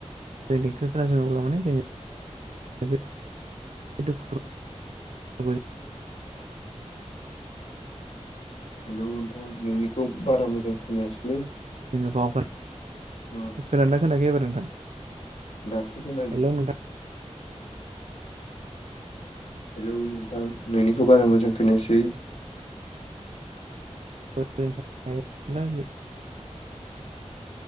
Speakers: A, on the right (about 75°); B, on the left (about 60°).
A: जों देंखो खोनासङोब्ला माने जोङो बे <unintelligible>
B: हेलौ नोंथां नोंनिखौ बारा मोजां खोनायासै
A: जोङो बावगार
B: ओ
A: <unintelligible> खोनादोंना खोनायाखै एबार नोंथां
B: दासो खोनादों
A: हेलौ नोंथां
B: हेलौ नोंथां नोंनिखौ बारा मोजां खोनायासै
A: <unintelligible>